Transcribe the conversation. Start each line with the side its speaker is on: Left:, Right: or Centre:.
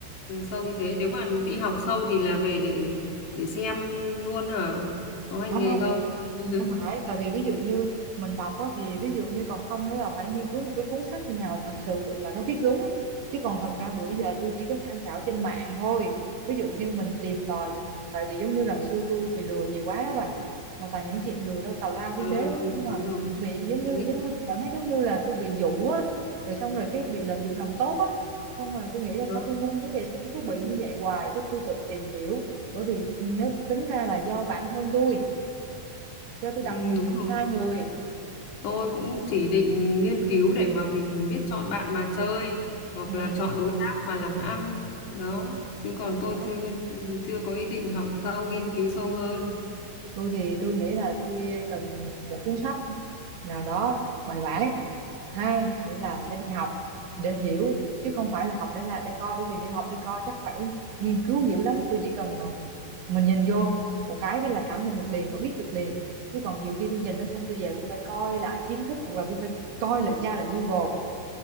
Left: sâu như thế nếu mà đi học sâu thì là về để để xem luôn hả có hành
Right: không
Left: nghề
Right: không
Left: không <laughs>
Right: không phải tại vì ví dụ như mình đọc á, thì ví dụ như còn không nữa là phải nghiên cứu một cái cuốn sách nào thật sự là nó viết đúng chứ còn thật ra bữa giờ tôi chỉ có tham khảo trên mạng thôi ví dụ như mình tìm tòi mình tại vì giống như là hồi xưa tôi bị lừa nhiều quá đó bà mà toàn những chuyện lừa đâu tào lao
Left: ờ,
Right: thiên đế
Left: đúng
Right: đúng không
Left: rồi,
Right: à
Left: đúng rồi
Right: bị giống như
Left: nghiên
Right: giống như tôi cảm thấy giống như là tôi bị dụ á rồi xong rồi cái bị lợi dụng lòng tốt á xong rồi tôi nghĩ là
Left: đó
Right: sao tôi ngu quá vậy sao tôi cứ bị như vậy hoài cái tôi tự tìm hiểu bởi vì nếu tính ra là do bản thân tôi do tôi
Left: Ừ,
Right: đặt niềm
Left: đúng
Right: tin
Left: rồi,
Right: sai
Left: đúng rồi
Right: người
Left: tôi cũng chỉ định nghiên cứu để mà mình biết chọn bạn mà chơi hoặc
Right: ừ.
Left: là chọn đối tác mà làm ăn đó chứ còn tôi
Right: đó.
Left: chưa chưa có ý định học sâu nghiên cứu sâu hơn
Right: tôi thì tôi nghĩ là tôi cần một cuốn sách nào đó bài bản hai nữa là sẽ đi học để hiểu chứ không phải là học để là để coi bởi vì để học đi coi chắc phải nghiên cứu dữ lắm tôi chỉ cần mà mình nhìn vô một cái cái là cảm nhận được liền và biết được liền chứ còn nhiều khi tôi nhìn nó xong tôi về tôi phải coi lại kiến thức hoặc là tôi phải coi lại tra lại Google